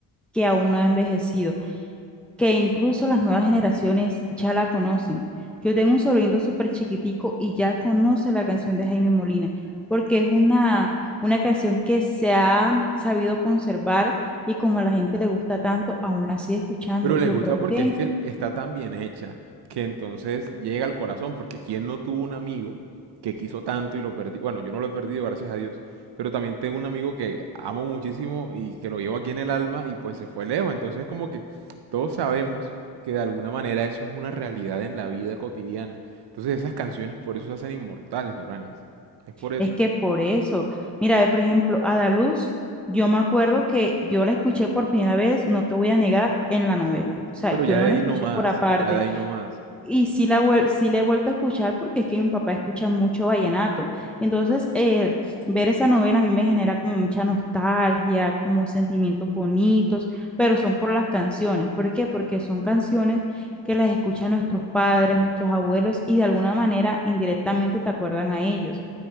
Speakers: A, in the centre; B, on the right.
A: que aún no ha envejecido, que incluso las nuevas generaciones ya la conocen. Yo tengo un sobrino súper chiquitico y ya conoce la canción de Jaime Molina, porque es una, una canción que se ha sabido conservar y como a la gente le gusta tanto, aún la sigue escuchando.
B: pero
A: Yo
B: les gusta
A: creo
B: porque
A: que
B: es que está tan bien hecha que entonces llega al corazón, porque ¿quién no tuvo un amigo que quiso tanto y lo perdió? Bueno, yo no lo he perdido, gracias a Dios, pero también tengo un amigo que amo muchísimo y que lo llevo aquí en el alma y pues se fue lejos, entonces como que todos sabemos que de alguna manera eso es una realidad en la vida cotidiana. Entonces esas canciones por eso se hacen inmortales, Doranis. Es por eso.
A: es que por eso, mira, ve por ejemplo, Adaluz, yo me acuerdo que yo la escuché por primera vez, no te voy a negar, en la novela. O sea,
B: Pero
A: yo
B: ya
A: no
B: de ahí
A: la escuché
B: no más,
A: por aparte.
B: ya de ahí no más.
A: Y sí, la, vuel- sí la he vuelto a escuchar porque es que mi papá escucha mucho vallenato. Entonces, eh, ver esa novela a mí me genera como mucha nostalgia, como sentimientos bonitos, pero son por las canciones. ¿Por qué? Porque son canciones que las escuchan nuestros padres, nuestros abuelos y de alguna manera indirectamente te acuerdan a ellos.